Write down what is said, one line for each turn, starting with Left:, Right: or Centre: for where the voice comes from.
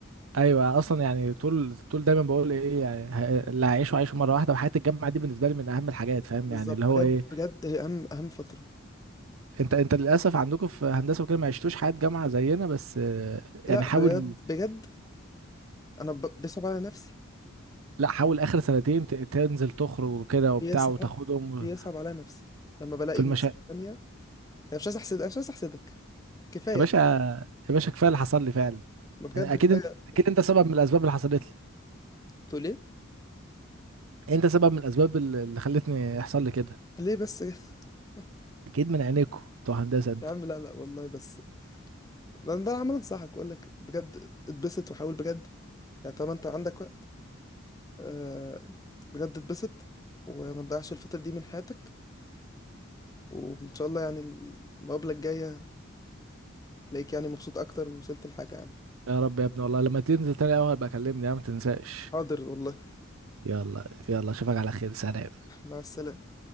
Right: ايوه اصلا يعني طول طول دايما بقول ايه يعني ه- اللي هعيشه عايشه مره واحده وحياه الجامعه دي بالنسبه لي من اهم الحاجات فاهم
Left: بالظبط
Right: يعني اللي هو
Left: بجد
Right: ايه
Left: بجد هي اهم اهم فترة
Right: انت انت للاسف عندكم في هندسه وكده ما عشتوش حياه جامعه زينا بس آه، يعني
Left: لا
Right: حاول
Left: بجد بجد انا ب- بيصعب على نفسي
Right: لا حاول اخر سنتين ت- تنزل تخرج وكده وبتاع
Left: بيصعب
Right: وتاخدهم و-
Left: بيصعب على نفسي لما بلاقي
Right: في
Left: الناس
Right: المشا
Left: التانية انا مش عايز احسد أنا مش عايز احسدك كفاية
Right: يا باشا
Left: كده.
Right: يا باشا كفايه اللي حصل لي فعلا
Left: ما بجد
Right: يعني اكيد
Left: كفاية
Right: انت اكيد انت سبب من الاسباب اللي حصلت لي
Left: تقول ليه
Right: انت سبب من الاسباب اللي اللي خلتني يحصل لي كده
Left: ليه بس كده؟ <laughs>
Right: اكيد من عينيكوا بتوع هندسه انتوا
Left: يا عم لا لا والله بس ده ده عمال انصحك اقول لك بجد اتبسط وحاول بجد يعني طالما انت عندك وقت آه بجد اتبسط وما تضيعش الفترة دي من حياتك وان شاء الله يعني المقابله الجايه تلاقيك يعني مبسوط اكتر ووصلت لحاجه يا عم
Right: يا رب يا ابني والله لما تنزل تاني اول بكلمني يا عم ما تنساش
Left: حاضر والله
Right: يلا يلا اشوفك على خير سلام
Left: مع السلامه